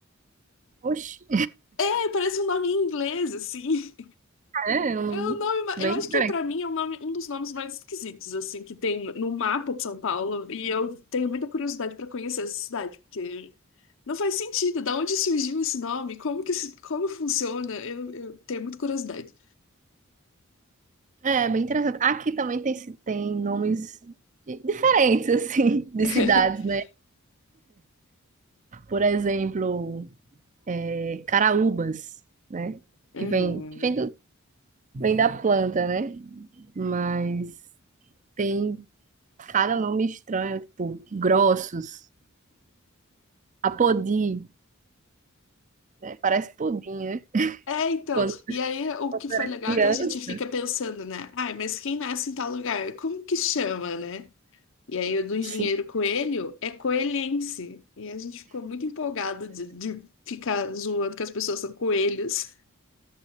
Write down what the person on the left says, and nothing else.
É, parece um nome em inglês, assim.
É o nome, ma-
eu acho
que pra mim é um nome, um dos nomes mais esquisitos assim que tem no mapa de São Paulo e eu tenho muita curiosidade pra conhecer essa cidade porque não faz sentido. Da onde surgiu esse nome? Como que se- como funciona? Eu, eu tenho muita curiosidade.
<laughs>
Uhum.
É, então,
e aí o
que foi
legal
é que a gente fica pensando, né? Ai, mas quem nasce em tal lugar? Como que chama, né? E aí, o do engenheiro
Coelho é coelhense. E a gente ficou muito empolgado de, de ficar zoando que as pessoas são coelhos.